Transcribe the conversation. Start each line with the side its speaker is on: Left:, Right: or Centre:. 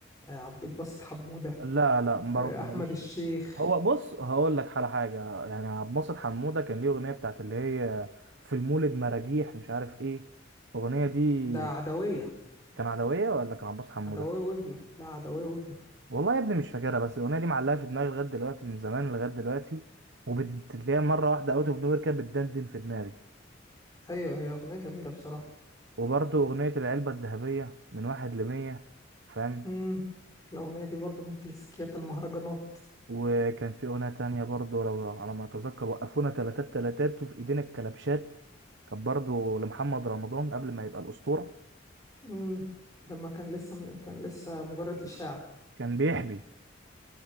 Left: آه، عبد الباسط حمودة
Right: لا لا برضه
Left: آه، احمد
Right: ماليش
Left: الشيخ
Right: فيه هو بص هقول لك على حاجة يعني عبد الباسط حمودة كان ليه اغنية بتاعت اللي هي في المولد مراجيح مش عارف ايه الاغنية دي
Left: ده عدوية
Right: كان عدوية ولا كان عبد الباسط حمودة
Left: عدوية وابنه لا عدوية وابنه
Right: والله يا ابني مش فاكرها بس الاغنيه دي معلقه في دماغي لغايه دلوقتي من زمان لغايه دلوقتي وبتلاقيها مره واحده اوت اوف نوير كده بتدندن في دماغي
Left: ايوه هي اغنية جميلة بصراحة
Right: وبرضه اغنيه العلبه الذهبيه من واحد لمية فاهم
Left: امم الاغنية دي برضو من كلاسيكيات المهرجانات
Right: وكان في اغنيه تانية برضه لو على ما اتذكر وقفونا تلاتات تلاتات وفي ايدينا الكلبشات كان برضه لمحمد رمضان قبل ما يبقى الاسطوره
Left: امم لما كان لسه كان لسه مجرد إشاعة
Right: كان بيحبي